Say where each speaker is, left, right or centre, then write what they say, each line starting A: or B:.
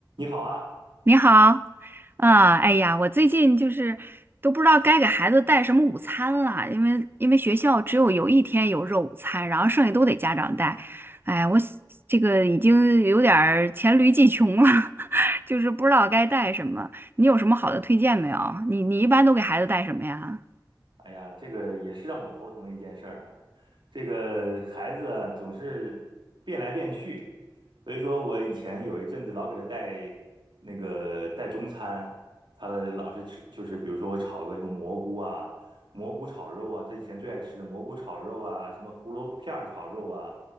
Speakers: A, on the right (about 80°); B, on the right (about 25°).
A: 你好啊，
B: 你好，啊，哎呀，我最近就是都不知道该给孩子带什么午餐了，因为因为学校只有有一天有肉午餐，然后剩下都得家长带。哎，我想这个已经有点儿黔驴技穷了，<laughs> 就是不知道该带什么。你有什么好的推荐没有？你你一般都给孩子带什么呀？
A: 哎呀，这个也是让我头疼的一件事儿啊。这个孩子啊，总是变来变去，所以说我以前有一阵子老给他带那个带中餐，他老是吃，就是比如说我炒个什么蘑菇啊、蘑菇炒肉啊，他以前最爱吃的蘑菇炒肉啊，什么胡萝卜片儿炒肉啊，